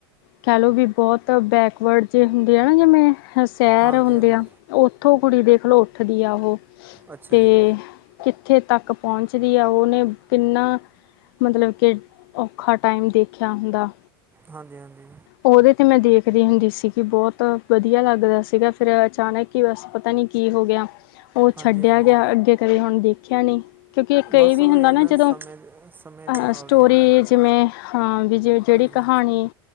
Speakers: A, on the left; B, on the right.
A: ਕਹਿਲਓ ਵੀ ਬਹੁਤ ਬੈਕਵਰਡ ਜ ਹੁੰਦੇ ਆ ਨਾ ਜਿਵੇਂ ਸੈਰ
B: ਹਾਂਜੀ
A: ਹੁੰਦੇ
B: ਹਾਂਜੀ
A: ਆ। ਉੱਥੋਂ ਕੁੜੀ ਦੇਖਲੋ ਉੱਠਦੀ ਆ ਉਹ
B: ਅੱਛਾ
A: ਤੇ
B: ਜੀ
A: ਕਿੱਥੇ ਤੱਕ ਪਹੁੰਚਦੀ ਹੈ ਉਹਨੇ ਕਿੰਨਾ ਮਤਲਬ ਕੇ ਔਖਾ ਟਾਈਮ ਦੇਖਿਆ ਹੁੰਦਾ।
B: ਹਾਂਜੀ, ਹਾਂਜੀ।
A: ਉਹਦੇ ਤੇ ਮੈਂ ਦੇਖਦੀ ਹੁੰਦੀ ਸੀਗੀ ਬਹੁਤ ਵਧੀਆ ਲੱਗ ਰਿਹਾ ਸੀਗਾ ਫਿਰ ਅਚਾਨਕ ਕਿ ਬਸ ਪਤਾ ਨੀ ਕੀ ਹੋ ਗਿਆ। ਉਹ
B: ਹਾਂਜੀ
A: ਛੱਡਿਆ
B: ਹਾਂਜੀ
A: ਗਿਆ ਅੱਗੇ ਕਦੇ ਹੁਣ ਦੇਖਿਆ ਨਹੀਂ। ਕਿਉਂਕਿ ਇੱਕ ਇਹ
B: ਬਸ
A: ਵੀ
B: ਉਹ
A: ਹੁੰਦਾ
B: ਹੀ ਹੈ
A: ਨਾ ਜਦੋਂ
B: ਸਮੇਂ ਸਮੇਂ ਦੇ ਨਾਲ
A: ਅ ਸਟੋਰੀ
B: ਹੀ ਹੈ ਨਾ ਜੀ
A: ਜਿਵੇਂ ਹਾਂ ਵਿ ਜੇ ਜਿਹੜੀ
B: ਹਾਂਜੀ
A: ਕਹਾਣੀ